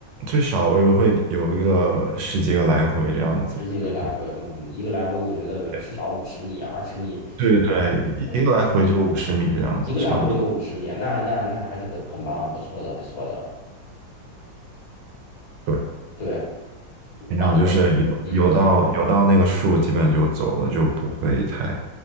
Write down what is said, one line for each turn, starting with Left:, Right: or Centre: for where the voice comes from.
Right: 最少我也会有一个十几个来回这样子，
Left: 十几个来回，
Right: 然后
Left: 嗯，一个来回我觉得至少五十米、
Right: 对
Left: 二十米，
Right: 对对，
Left: 对，
Right: 一个来回就五十米这样子，
Left: 一个来回就五十米，
Right: 差不多。
Left: 那那那还是很很棒，不错的，不错的。
Right: 对，
Left: 对，
Right: 平常就是游游到游到那个树，
Left: 然后嗯
Right: 基本就走了，就不会太